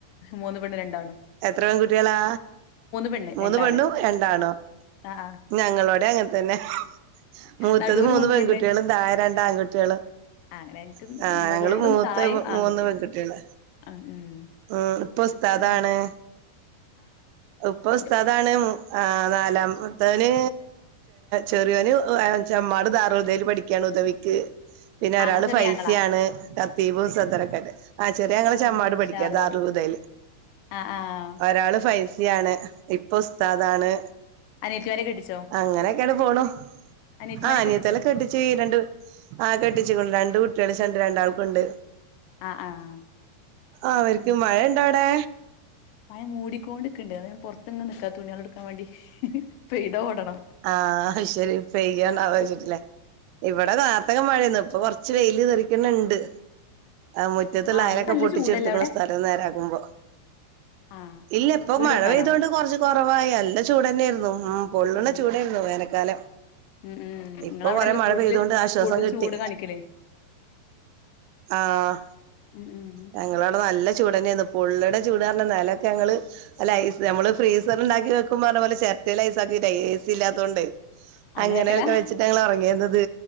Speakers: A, on the left; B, on the right.
A: മൂന്ന് പെണ്ണും രണ്ടാണും
B: എത്ര പെൺകുട്ടികളാ
A: പെണ്ണ്
B: മൂന്ന്
A: രണ്ടാണ്
B: പെണ്ണും രണ്ടാണോ
A: ആഹ് ആഹ്
B: ഞങ്ങളോടെ അങ്ങനെ തന്നെ മൂത്തത്
A: നടുവില്
B: മൂന്ന് പെൺകുട്ടികളും
A: പെണ്ണ്
B: തായെ രണ്ട് ആൺകുട്ടികളും ട്ടികള്
A: ആഹ് അങ്ങനെ എനിക്ക്
B: ആ
A: മുകളിലും
B: ഞങ്ങള് മൂത്ത
A: താഴെയും ആൺകുട്ടിയാണ്
B: മൂന്ന് പെൺകുട്ടികളാ
A: ആഹ് ഉം
B: ഉം ഇപ്പൊ ഉസ്താദാണ്
A: ആഹ്
B: ഉപ്പ ഉസ്താദാണ്
A: ഇന്റെ
B: ആ് നാലാമത്തവന്െ ചെറിയന്മ്മാട് ധാറാളദേൽ പഠിക്കയാണ് ഉദവിക്ക് പിന്നെ ഒരാള്
A: ആങ്ങള ചെറിയ
B: ഫൈസിയാണ്
A: ആങ്ങളാ
B: കത്തീബുസത്തരൊക്കെ ആയിട്ട് ചെറിയ ഞങ്ങളെ
A: ഓഹ്
B: ചമ്മാട്
A: മാഷാ
B: പഠിക്കുക
A: അള്ളാ
B: ദാറുൽ മൂത്തയിൽ
A: ആഹ് ആഹ്
B: ഒരാള് ഫൈസി ആണ് ഇപ്പൊ ഉസ്താദാണ്
A: അനിയത്തിമാരെ കെട്ടിച്ചോ
B: അങ്ങനെയൊക്കെയാണ് പോണു
A: അനിയത്തിമാരെ
B: ആ അനിയത്തല
A: കെട്ടിച്ചോ
B: കെട്ടച്ച്ു രണ്ട് ആ കെട്ടിച്ച രണ്ട് കുട്ടി കുട്ടളിച്ചണ്ട് രണ്ടാൾക്കുണ്ട്
A: ആഹ് ആഹ്
B: അവർക്ക്ും
A: ഉം
B: മഴ ഇണ്ടോ അവിടെ
A: മഴ മൂടിക്കൊണ്ട്ക്കണ്ട് അതുകൊണ്ട് പുറത്ത്ങ്ങങ് നിക്കാ തുണികളെടുക്കാൻ വേണ്ടി പെയ്ത ഓടണം
B: ആഹ ശരിപ്പ ചെയെയ്യണ്ട ആലോചിച്ചിട്ടില്ല ഇവിടെ കാലത്തക്ക മഴന്ന് ഇപ്പൊ കൊറച്ച് വെയില് തെറിക്കണ ഇണ്ട് ആ മുറ്റത്തുള്ളായയൊക്കെ
A: ആഹ് ഇന്ന് നല്ല
B: പൊട്ടിച്ചെടുത്തക്കുന്ന
A: ചൂടല്ലേ അവിടെ
B: സ്ഥലം നേരാകുമ്പോ
A: ആഹ്
B: ഇല്ല ഇപ്പ
A: വീട്
B: മഴ
A: വെക്കാനോ
B: പെയ്ത കൊണ്ട് കുറച്ച് കുറ- കുറവായി നല്ല ചൂട് തന്നെയായിരുന്നു ഉം പൊള്ളണ
A: ആഹ്
B: ചൂടായിരുന്നു വേനൽക്കാലം
A: ഉം ഉം
B: ഇപ്പൊ
A: ഇങ്ങളവിടെല്ലേ
B: കൊറെ മഴ
A: കൂടുതല്
B: പെയ്തൊണ്ട് ആശ്വാസം
A: കൂടുതൽ
B: കിട്ടി
A: ചൂട് കാണിക്കല്
B: ആഹ്
A: ഉം ഉം
B: ഞങ്ങടവിടെ നല്ല- ചൂടന്നന്ന് പൊള്ളടെ ചൂട്ന്ന് പറഞ്ഞ നിലക്കെ ഞങ്ങള് അല്ല ഐ നമ്മള് ഫ്രീസർണ്ട- വെക്ക്പ പറഞ്ഞ പോലെ ചെര ൈസാക്ക ഐസ് ഇല്ലത്തതൊണ്ട്
A: അങ്ങനെ
B: അങ്ങനെയൊക്കെ
A: വെക്കലാ
B: വെച്ചിട്ട് ഞങ്ങൾ ഇറങ്ങേുന്നത്